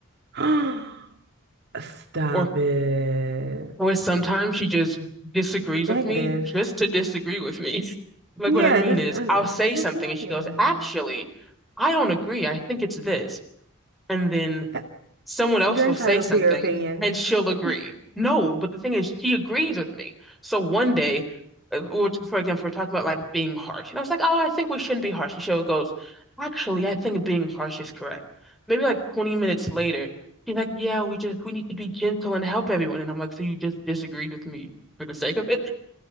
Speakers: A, on the right (about 50°); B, in the centre.
A: <gasps> Stop
B: Or,
A: it.
B: or sometimes she just disagrees
A: Negative.
B: with me just to disagree with me. <laughs> Like,
A: Yeah,
B: what I mean
A: just
B: is,
A: and
B: I'll say
A: just
B: something
A: negative.
B: and she goes, actually, I don't agree. I think it's this. and then
A: Uh,
B: someone else
A: You're
B: will
A: entitled
B: say something
A: to your opinion.
B: and she'll agree.
A: <laughs>
B: No, but the thing is, she agrees with me. So one day, uh, which, for example, we're talking about like being harsh, and I was like, "Oh, I think we shouldn't be harsh." And she goes, "Actually, I think being harsh is correct." Maybe like 20 minutes later, she's like, "Yeah, we just we need to be gentle and help everyone." And I'm like, "So you just disagreed with me for the sake of it?"